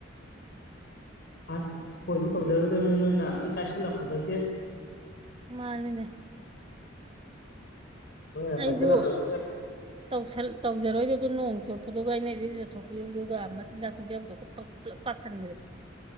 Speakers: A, on the left; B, on the right.
A: ꯑꯁ ꯑꯈꯣꯏꯁꯨ ꯇꯧꯖꯔꯣꯏꯗꯕꯅꯤ ꯅꯣꯏ ꯅꯍꯥꯟ ꯂꯣꯏ ꯀꯥꯏꯁꯜꯂꯛꯄꯗꯒꯤ
B: ꯃꯥꯅꯤꯅꯦ
A: ꯅꯣꯏꯅ
B: ꯑꯩꯖꯨ
A: ꯀꯥꯏꯁꯜꯂꯛꯄ <inaudible>
B: ꯇꯧꯁꯜ ꯇꯧꯖꯔꯣꯏꯗꯕꯗꯣ ꯅꯣꯡ ꯆꯣꯠꯄꯗꯨꯒ ꯑꯩꯅ ꯏꯔꯨ ꯂꯨꯖꯥꯊꯣꯛꯄꯤꯔꯨꯕꯗꯨꯒ ꯃꯆꯤꯟꯖꯥꯛ ꯄꯤꯖꯕꯗꯨ ꯈꯨꯄꯛ ꯄꯨꯂꯨꯞ ꯄꯥꯁꯟ